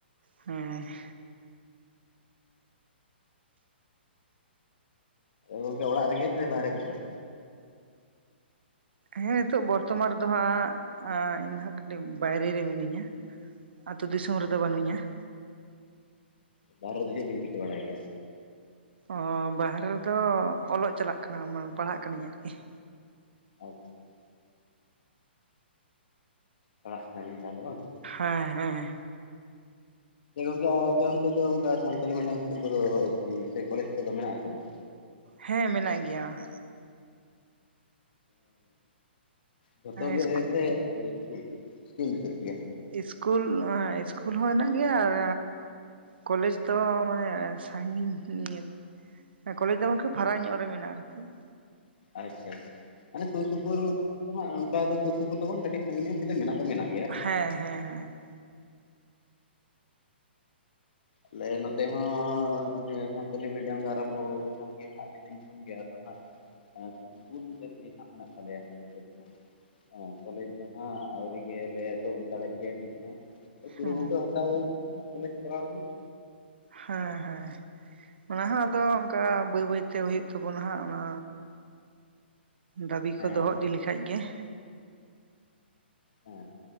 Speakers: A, on the right (about 65°); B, on the left (about 55°).
A: ᱦᱮᱸ ᱾
B: ᱜᱚᱝᱠᱮ ᱚᱲᱟᱜ ᱨᱮᱜᱮ ᱵᱟᱦᱨᱮ ᱠᱚ ᱥᱮ?
A: ᱦᱮᱸ, ᱱᱤᱛᱚᱜ ᱵᱚᱨᱛᱚᱢᱟᱱ ᱨᱮᱫᱚ ᱦᱟᱸᱜ ᱤᱧ ᱫᱚ ᱦᱟᱸᱜ ᱠᱟᱹᱴᱤᱡ ᱵᱟᱭᱨᱮ ᱨᱮ ᱢᱤᱱᱟᱹᱧᱟ ᱾ ᱟᱹᱛᱩ ᱫᱤᱥᱚᱢ ᱨᱮᱫᱚ ᱵᱟᱹᱱᱩᱧᱟ ᱾
B: ᱵᱟᱨᱦᱮ ᱨᱮᱫᱚ ᱪᱮᱫ ᱵᱮᱱ ᱪᱤᱠᱟᱹ ᱵᱟᱲᱟᱭ ᱜᱮᱭᱟ?
A: ᱚᱸ ᱵᱟᱨᱦᱮ ᱨᱮᱫᱚ ᱚᱞᱚᱜ ᱪᱟᱞᱟᱜ ᱠᱟᱱᱟ, ᱯᱟᱲᱦᱟᱜ ᱠᱟᱹᱱᱟᱹᱧ ᱟᱨᱠᱤ ᱾
B: ᱟᱪᱪᱷᱟ ᱾ ᱯᱟᱲᱦᱟᱜ ᱠᱟᱱᱟ ᱵᱤᱱ ᱛᱟᱦᱚᱞᱮ ᱵᱟᱝ?
A: ᱦᱮᱸ ᱦᱮᱸ ᱾
B: ᱜᱚᱝᱠᱮ ᱟᱯᱮ ᱚᱱᱛᱮ ᱫᱚ ᱚᱱᱠᱟ ᱥᱟᱱᱛᱟᱞᱤ ᱢᱤᱰᱤᱭᱟᱢ ᱤᱥᱠᱩᱞ ᱠᱚᱫᱚ ᱥᱮ ᱠᱚᱞᱮᱡᱽ ᱠᱚᱫᱚ ᱢᱮᱱᱟᱜ ᱟᱥᱮ ᱵᱟᱝ?
A: ᱦᱮᱸ, ᱢᱮᱱᱟᱜ ᱜᱮᱭᱟ ᱾
B: ᱡᱷᱚᱛᱚ ᱜᱮ
A: ᱤᱥᱠᱩᱞ
B: ᱥᱮ ᱤᱥᱠᱩᱞ ᱤᱥᱠᱩᱞ ᱛᱮᱫ ᱜᱮᱭᱟ?
A: ᱤᱥᱠᱩᱞ ᱤᱥᱠᱩᱞ ᱦᱚᱸ ᱦᱮᱱᱟᱜ ᱜᱮᱭᱟ ᱟᱨ ᱠᱚᱞᱮᱡᱽ ᱫᱚ ᱢᱟᱱᱮ ᱥᱟᱺᱜᱤᱧ ᱦᱮᱸ ᱠᱚᱞᱮᱡᱽ ᱫᱚ ᱟᱨᱠᱤ ᱯᱷᱟᱨᱟᱠ ᱧᱚᱜ ᱨᱮ ᱢᱮᱱᱟᱜᱼᱟ ᱟᱨᱠᱤ ᱾
B: ᱟᱪᱪᱷᱟ ᱟᱪᱪᱷᱟ ᱢᱟᱱᱮ ᱥᱩᱨ ᱥᱩᱯᱩᱨ ᱚᱱᱠᱟ ᱫᱚ ᱥᱩᱨ ᱥᱩᱯᱩᱨ ᱫᱚ ᱵᱟᱝ ᱠᱟᱹᱴᱤᱡ ᱥᱟᱺᱜᱤᱧ ᱧᱚᱜ ᱠᱚᱨᱮ ᱢᱮᱱᱟᱜ ᱫᱚ ᱢᱮᱱᱟᱜᱼᱟ ᱾
A: ᱦᱮᱸ ᱦᱮᱸ ᱦᱮᱸ ᱾
B: ᱟᱞᱮ ᱱᱚᱛᱮ ᱦᱚᱸ ᱥᱟᱱᱛᱟᱞᱤ ᱢᱤᱰᱤᱭᱟᱢ ᱫᱚ ᱟᱨᱟᱢᱵᱷᱚ ᱟᱠᱟᱱ ᱜᱮᱭᱟ ᱟᱹᱰᱤ ᱫᱤᱱ ᱠᱷᱚᱱ ᱾ ᱜᱮ ᱟᱫᱚ ᱦᱟᱸᱜ ᱥᱩᱫᱩ ᱤᱥᱠᱩᱞ ᱛᱮᱫ ᱜᱮ ᱦᱟᱸᱜ ᱢᱮᱱᱟᱜ ᱛᱟᱞᱮᱭᱟ ᱦᱟᱸᱜ ᱱᱤᱛᱚᱜ ᱫᱚ ᱦᱟᱸᱜ ᱾ ᱠᱚᱞᱮᱡᱽ ᱫᱚ ᱦᱟᱸᱜ ᱟᱹᱣᱨᱤ ᱜᱮᱞᱮ ᱮᱛᱚᱦᱚᱵ ᱫᱟᱲᱮᱜ ᱜᱮᱭᱟ ᱱᱤᱛ ᱦᱚᱸ ᱾ ᱟᱹᱰᱤ ᱠᱩᱨᱩᱢᱩᱴᱩ
A: ᱦᱮᱸ ᱦᱮᱸ
B: ᱦᱟᱛᱟᱣ ᱦᱩᱭ ᱟᱠᱟᱱᱟ ᱠᱚᱞᱮᱡᱽ ᱠᱚᱨᱟᱣ ᱨᱮᱱᱟᱜ
A: ᱦᱮᱸ ᱦᱮᱸ, ᱚᱱᱟ ᱦᱚᱸ ᱟᱫᱚ ᱚᱱᱠᱟ ᱵᱟᱹᱭ ᱵᱟᱹᱭᱛᱮ ᱛᱮ ᱦᱩᱭᱩᱜ ᱛᱟᱵᱚᱱᱟ ᱦᱟᱸᱜ ᱚᱱᱟ ᱫᱟᱹᱵᱤ
B: ᱦᱮᱸ
A: ᱠᱚ ᱫᱚᱦᱚ ᱤᱫᱤ ᱞᱮᱠᱷᱟᱡ ᱜᱮ ᱾
B: ᱦᱮᱸ,